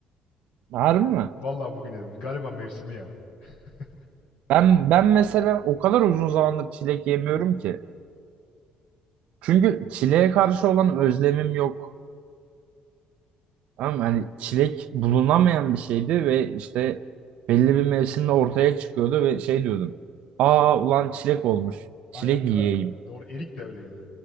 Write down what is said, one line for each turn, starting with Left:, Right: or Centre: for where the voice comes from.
Right: Harbi mi?
Left: Vallahi bugün yedim. Galiba mevsimi ya. <laughs>
Right: Ben ben mesela o kadar uzun zamandır çilek yemiyorum ki. Çünkü çileğe karşı olan özlemim yok. Ama hani çilek bulunamayan bir şeydi ve işte belli bir mevsimde ortaya çıkıyordu ve şey diyordum. Aa ulan çilek olmuş.
Left: Aynen
Right: Çilek
Left: ya
Right: yiyeyim.
Left: da doğru erik de öyleydi.